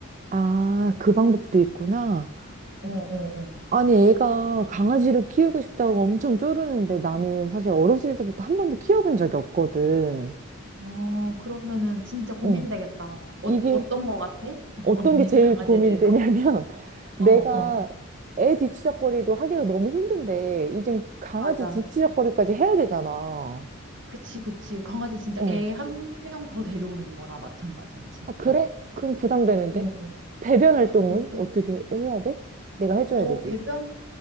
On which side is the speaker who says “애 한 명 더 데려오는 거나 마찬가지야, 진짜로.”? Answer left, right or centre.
Right